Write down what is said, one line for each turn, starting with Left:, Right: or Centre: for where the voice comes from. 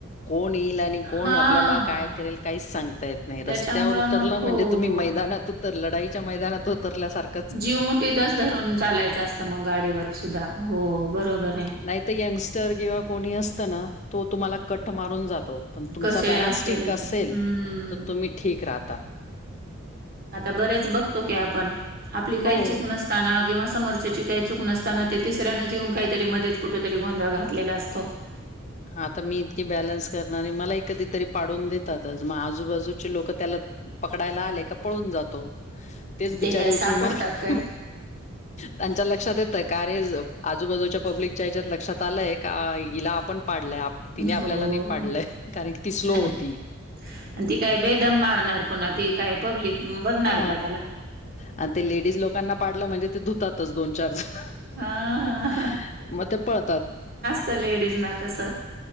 Left: कोण येईल आणि कोण
Right: हा
Left: आपल्याला काय करेल काहीच सांगता येत नाही
Right: त्याच्यामुळं
Left: रस्त्यावर उत उतरल
Right: मग हो.
Left: म्हणजे तुम्ही मैदानात उतरल लढाईच्या मैदानात उतरल्यासारख
Right: जीव मुठीतच धरून चालायच असत मंग गाडीवर सुद्धा, हो बरोबर आहे.
Left: नाही तर यंगस्टर किंवा कोणी असत ना तो तुम्हाला कट मारून जातो. पण तुमचा
Right: कसे
Left: बॅलन्स
Right: असतील
Left: ठीक असेल,
Right: हम्म.
Left: तर तुम्ही ठीक राहता.
Right: आता बरेच बघतो की आपण आपली
Left: हो
Right: काही चूक नस असताना किंवा समोरच्याची काही चूक नसताना ते तिसऱ्यांनाच येऊन काहीतरी मध्येच कुठ तरी गोंधळ घातलेला असतो.
Left: आता मी इतकी बॅलन्स करणारी, मला ही कधी तरी पाडून देत जातात, मग आजूबाजूचे लोक त्याला पकडायला आले का पळून जातो. तेच बिचारे
Right: ते काय सापडतात
Left: उचलून मार
Right: काय?
Left: त्यांच्या लक्षात येतय का अरे आजूबाजूच्या पब्लिकच्या ह्याच्यात लक्षात आलंय का हिला आपण पाडलय, आप तिने आपल्याला
Right: हो.
Left: नाही पाडलंय कारण की ती स्लो
Right: अन
Left: होती.
Right: आणि ती काय बेदम मारणार पुन्हा ती काय. पब्लिक बघणार
Left: हा,
Right: का त्याला?
Left: आणि ते लेडीज लोकांना पाडल म्हणजे ते धुतातच दोन-चार जण,
Right: हां.
Left: मग ते पळतात.
Right: त्या लेडीजना तस